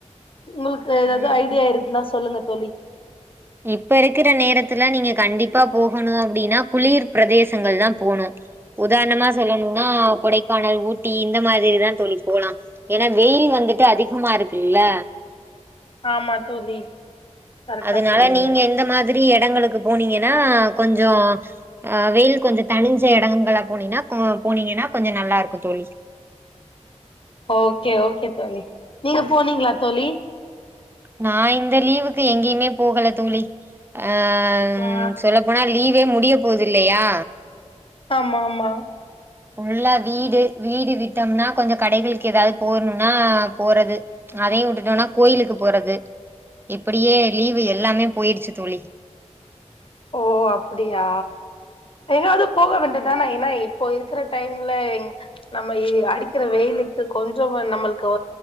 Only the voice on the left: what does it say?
உங்குளுக்கு ஏதாது
எது ஐடியா இருக்குனா சொல்லுங்க தோழி
ஆமா தோழி கரெக்டா
சொன்னீங்க
ஓகே ஓகே தோழி நீங்க போனீங்ளா தோழி
ஆ
ஆம்மா ஆம்மா
ஓ அப்டியா எங்காவது போக வேண்டிதான ஏன்னா இப்போ இருக்கிற டைம்ல செரிங் நம்ம இ அடிக்கிற வெயிலுக்கு கொஞ்சோ நம்மளுக்கு